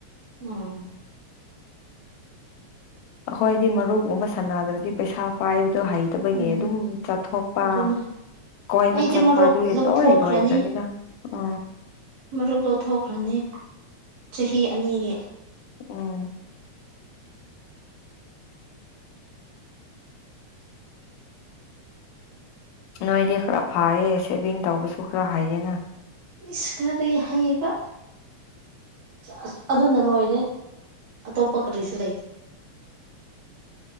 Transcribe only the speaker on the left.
ꯑꯩꯈꯣꯏꯗꯤ ꯃꯔꯨꯞꯒꯨꯝꯕ ꯁꯥꯟꯅꯗ꯭ꯔꯗꯤ ꯄꯩꯁꯥ ꯄꯥꯏꯕꯗꯣ ꯍꯩ ꯇꯈꯣꯏꯒꯤ
ꯑꯗꯨꯝ ꯆꯠꯊꯣꯛꯄ
ꯀꯣꯏꯕ
ꯆꯠꯄ
ꯑꯗꯨꯒꯤ
ꯂꯣꯏ ꯂꯣꯏꯈ꯭ꯔꯅꯤꯅ ꯎ
ꯎꯝ ꯅꯣꯏꯗꯤ ꯈꯔ ꯐꯌꯦ ꯁꯦꯚꯤꯡ ꯇꯧꯕꯁꯨ ꯈꯔ ꯍꯥꯏꯩꯌꯦꯅ